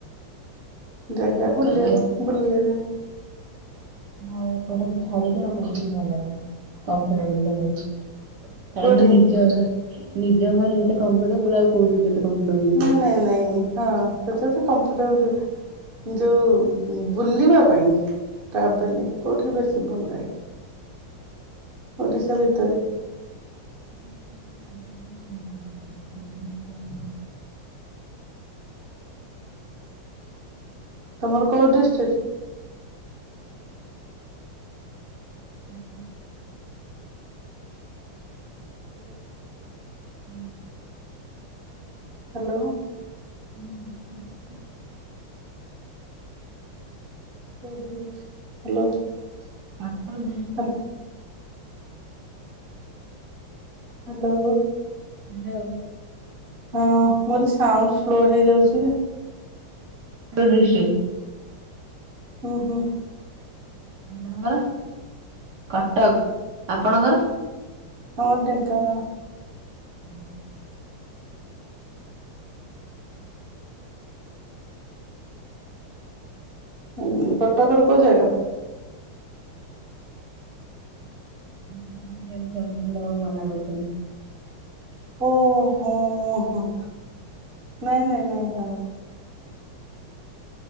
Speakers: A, on the right; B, on the right.
A: ଜେଗା ବୁଲିଆ
B: ଆମ
A: ବୁଲିଆ ଜାଗା?
B: ମୋ ଏପଟାକୁ ଛାଡିକି ଆଉ କୋଉଠି ଭଲ ଲାଗେନି କମ୍ଫୋର୍ଟେବୁଲ୍ ଲାଗେନି। କାରଣ
A: କୋଉଠି
B: ନିଜ ଗାଁ ନିଜ ଘରେ ଯେତେ କମ୍ଫୋର୍ଟେବୁଲ୍ ଆଉ କୋଉଠି ବି ସେତେ କମ୍ଫୋର୍ଟେବୁଲ୍
A: ନାଇଁ ନାଇଁ ନାଇଁ ହଁ। ସେଟା ତ କମ୍ଫୋର୍ଟେବଲ୍ ଯୋଉ ବୁଲିବା ପାଇଁ। ଟ୍ରାଭେଲିଙ୍ଗ୍ କୋଉଠି ବେଶୀ ଭଲ ଲାଗେ ଓଡ଼ିଶା ଭିତରେ?
B: <unintelligible>
A: ତମର କୋଉ ଡିଷ୍ଟ୍ରିକ୍?
B: ଆଚ୍ଛା।
A: ହ୍ୟାଲୋ
B: ହୁଁ।
A: ହ୍ୟାଲୋ।
B: ଉଁ ହୁଁ <inaudible>
A: ରହି ଯାଇଚି, ହ୍ୟାଲୋ।
B: <inaudible>
A: Hello hello.
B: ହ୍ୟାଲୋ।
A: ହଁ ମୁଁ କହିଲି ସାଉଣ୍ଡ ସ୍ଲୋ ହେଇଯାଉଚି ଯେ।
B: ତିରିଶି।
A: ହୁଁ-ହୁଁ।
B: ଆପଣଙ୍କର? କଟକ ଆପଣଙ୍କର?
A: ଆଉ ଢେଙ୍କାନାଳ।
B: ହୁଁ
A: ଉଁ କଟକରେ କୋଉ ଜାଗା?
B: ଇନଫରମେସନ ଦେବାକୁ ମନା କରିଛନ୍ତି।
A: ଓହୋ ହୋ, ନାଇଁ -ନାଇଁ -ନାଇଁ।